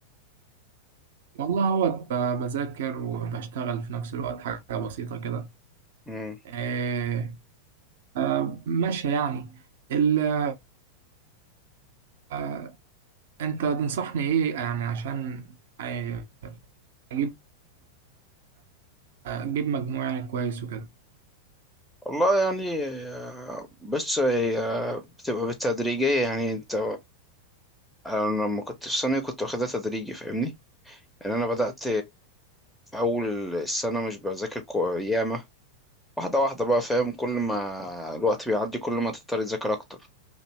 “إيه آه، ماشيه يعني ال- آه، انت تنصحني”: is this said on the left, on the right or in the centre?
Right